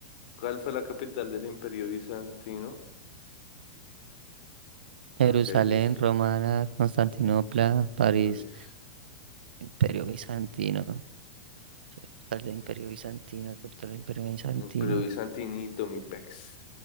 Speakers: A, on the left; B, on the right.
A: ¿Cuál fue la capital del Imperio Bizantino?
B: Jerusalén,
A: Ah, Ok, listo,
B: Romana, Constantinopla, París.
A: París.
B: Imperio Bizantino. Capital del Imperio Bizantino, capital del Imperio Bizantino.
A: El Imperio Bizantinito, mi pex.